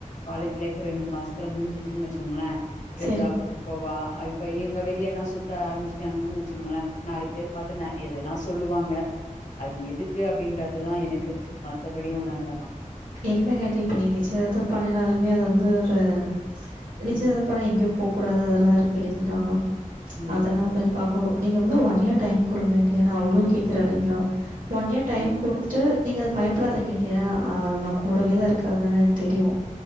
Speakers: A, on the left; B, on the right.
A: காலேஜ் லைஃப் ரெண்டு மாசத்துல முடிஞ்ச்சின்னு வச்சுக்கோங்கள இவ
B: சரிங்க
A: ஜாப் போவா இப்ப இவுங்க வெளியல்லா சுத்த ஆரம்பமிச்சுட்டாங்கன்னு வச்சுக்கோங்கள நாலு பேர் பாத்து எதுனா சொல்லுவாங்க அது எதுக்கு அப்டின்றதுதா எனக்கு மத்தபடி ஒண்ணு இல்ல மா
B: இல்லங்க ஆன்ட்டி இப்ப நீங்க நிச்சயதார்த்தம் பண்ணினாலுமே அது வந்து ஒரு நிச்சயத
A: ம்
B: அப்பனா எங்கேயு போ கூடாது அதெல்லா இருக்கு இல்லைங்களா
A: ம்
B: அதெல்லா கொஞ்சோ பாக்கோ நீங்க வந்து ஒன் இயர் டைம் கொடுங்க ஆன்டி ஏன்னா அவரு கேக்குறால்லிங்களா ஒன் இயர் டைம்
A: ம்
B: குடுத்து ட்டு நீங்க அத பயப்படாதீங்க ஆன்டி ஏன்னா அ நா கூடவே தா இருக்காங்கனு எனக்கு தெரியு